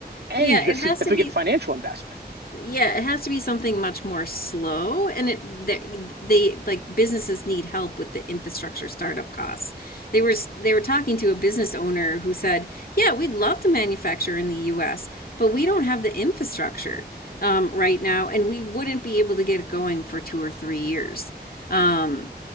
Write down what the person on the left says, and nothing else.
Yeah, it
has to be
Yeah, it has to be something much more slow and it they, they like businesses need help with the infrastructure startup costs. They were they were talking to a business owner who said, "Yeah, we'd love to manufacture in the US, but we don't have the infrastructure um, right now and we wouldn't be able to get it going for 2 or 3 years." Um,